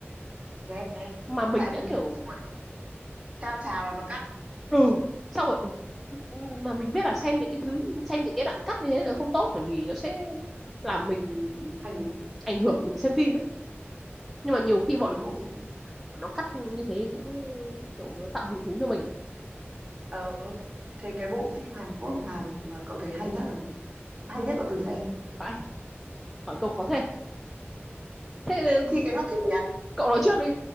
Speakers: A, on the right; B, in the centre.
A: ghét ghét
B: mà mình
A: tại
B: đã
A: vì
B: kiểu
A: xong rồi cao trào là nó cắt
B: ừ xong rồi ừ. mà mình biết là xem những cái thứ xem những cái đoạn cắt như thế là không tốt bởi vì nó sẽ làm mình
A: thành
B: ảnh hưởng mình xem phim ấy nhưng mà nhiều khi bọn,
A: thế bộ
B: bọn nó cắt như thế cũng kiểu nó tạo hứng thú cho mình
A: Ờ, thế cái bộ phim Hàn Quốc mà mà cậu thấy hay nhất là gì? Hay nhất cậu từng xem?
B: vậy hỏi câu khó thế thế
A: Thì cái nào thích nhất?
B: cậu nói trước đi